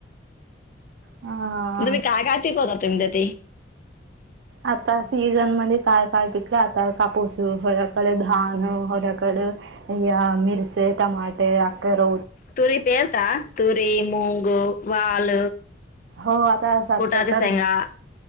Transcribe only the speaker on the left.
म्हण तु मी काय काात को ना तुमच्या ते
तुरी पेरता तुरी मूंग वाल
कुटाच्या शेंगा